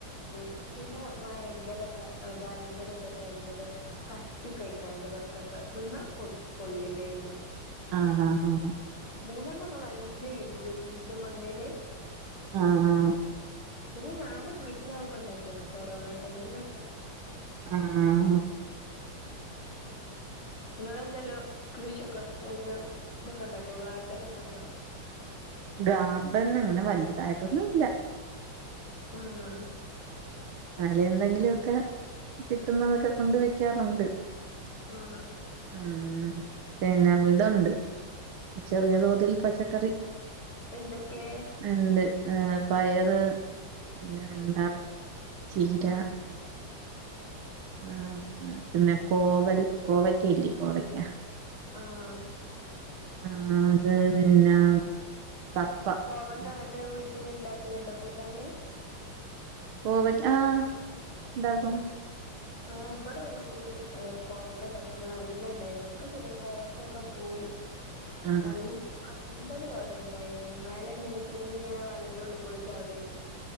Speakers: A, on the left; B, on the right.
A: പോയി പിന്നെ ഭയങ്കര ഭയങ്കര ഇതൊക്കെ ആയിങ്ങാണ്ട് കട്ടി ഒക്കെ ആഴിക്കാണ്ട് വത്തക്കെ തിന്നാൻ കൊ കൊള്ളില്ലായിരുന്നു
B: ആഹാ ഹാ
A: മൂന്നണ്ണോക്കെ നല്ല കിട്ടി വലുത മണ്ണില്
B: ആഹ് ഹാ
A: പിന്നെ ഞാൻ വീട്ടിലാവുമ്പോണ്ടാക്കിയത കൊറോണ ടൈമിലൊക്കെ
B: ആഹ്
A: നിങ്ങെന്തല്ലോ കൃഷിയൊക്കെ എന്താ ഇതൊക്കെ ഉണ്ടാക്കോ ഗാർഡൻ ഒക്കെണ്ടോ
B: ഗാർഡൻ അങ്ങനെ വലുതായിട്ടൊന്നും ഇല്ല
A: ആഹ്
B: അലെ എന്തെങ്കിലൊക്കെ കിട്ടുന്നതൊക്കെ കൊണ്ട് വെക്കാറുണ്ട്
A: ആഹ്
B: ഉം പിന്നെ ഇതുണ്ട് ചെറിയ തോതിൽ പച്ചക്കറി
A: എന്തൊക്കെയ
B: ഉണ്ട് ഏഹ് പയറ് പിന്നെ വെണ്ട ചീര ആഹ് അ പിന്നെ കോവൽ കോവയ്ക്കല്ലേ കോവയ്ക്ക
A: ആഹ്
B: ആഹ് അത് പിന്നെ കപ്പ
A: കോവക്കെ
B: ഉം.
A: ഇന്നട്ട് വീട്ടിൽ ഇണ്ടാക്കലുണ്ടോ കൂട്ടാന്
B: കോവക്ക ആഹ് ഇണ്ടാക്കും
A: ആഹ് ഇബടെ ഒരു കുറി കോവക്ക ഉണ്ടാക്കിട്ട് നല്ല ഉണ്ടായിരുന്നു ഇപ്പൊ പിന്നെ കോവക്കൊക്കെ പോയി
B: ആ
A: നൽ പന്തലും പോലെ ഉണ്ടായിരുന്നു മേലെ ഇങ്ങനെ തൂങ്ങി ഇങ്ങനെ വലന്റെ ഉള്ളിൽ കൂടെ ചാടു ആയിരുന്ന്